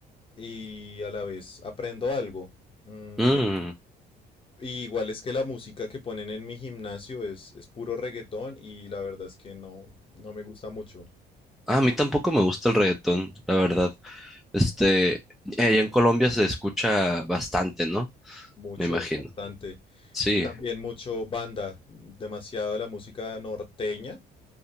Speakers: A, on the left; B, in the centre.
A: y a la vez aprendo algo. Mm,
B: Mm.
A: y igual es que la música que ponen en mi gimnasio es, es puro reggaetón y la verdad es que no, no me gusta mucho,
B: Ah, A mí tampoco me gusta el reggaetón, la verdad. Este, allá en Colombia se escucha bastante, ¿no?
A: mucho,
B: Me imagino.
A: bastante.
B: Sí,
A: Y también mucho banda, demasiado la música norteña.